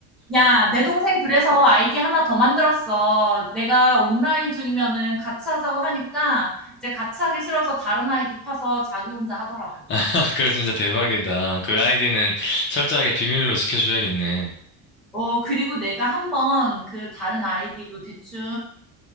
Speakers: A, in the centre; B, on the left.
A: 야, 내 동생 그래서 아이디 하나 더 만들었어. 내가 온라인 중이면은 같이 하자고 하니까 이제 같이 하기 싫어서 다른 아이디 파서 자기 혼자 하더라고.
B: <laughs> 그거 진짜 대박이다. 그 아이디는 철저하게 비밀로 지켜줘야겠네.
A: 어, 그리고 내가 한번 그 다른 아이디도 대충,